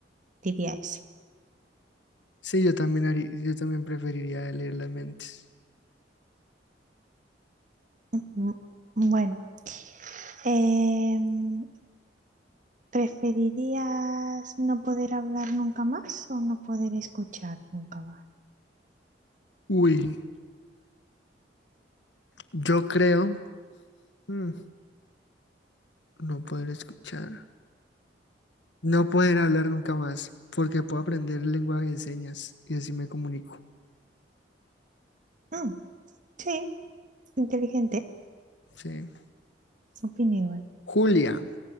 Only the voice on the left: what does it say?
sí, yo también haría- yo también preferiría leer las mentes.
Uy, yo creo. hmm, No poder escuchar. No poder hablar nunca más, porque puedo aprender lenguaje de señas y así me comunico.
Sí.
Julia,